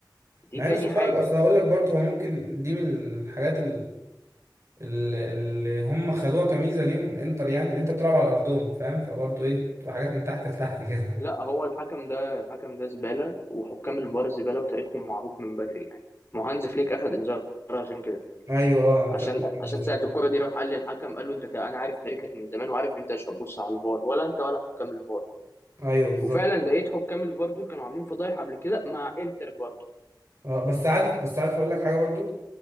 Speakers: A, on the left; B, on the right.
A: دي
B: مع
A: تاني
B: ان خد
A: حاجه
B: بالك اصل هقول لك برضه هو ممكن دي من الحاجات ال- ال- اللي هم خدوها كميزه ليهم الانتر يعني الانتر بتلعب على ارضهم فاهم فبرضه ايه بتبقى حاجات من تحت لتحت كده
A: لا هو الحكم ده الحكم ده زباله وحكام الفار زباله وتاريخهم معروف من بدري يعني ما هو هانز فليك اخد انذار عشان كده
B: <laughs> ايوه اه
A: عشان
B: خدت بالي
A: عشان
B: من النظام
A: ساعة
B: ده
A: الكرة دي راح قال للحكم قال له انت تا- انا عارف تاريخك من زمان وعارف انت مش هتبص على الفار ولا انت ولا حكام الفار
B: ايوه بالظبط
A: وفعلا لقيت حكام الفار دول كانوا عاملين فضايح قبل كده مع انتر برضه
B: اه بس عارف بس عارف اقول لك حاجه برضه